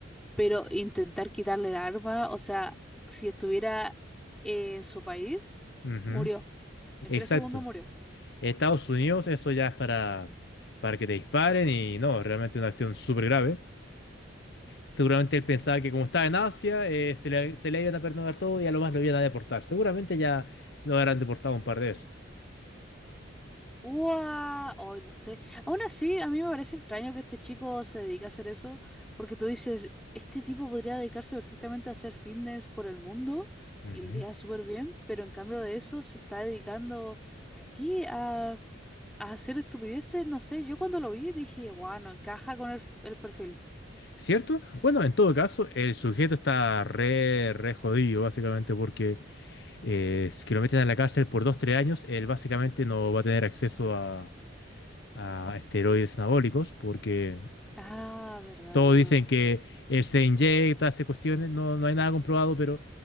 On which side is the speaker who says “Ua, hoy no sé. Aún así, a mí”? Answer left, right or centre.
Centre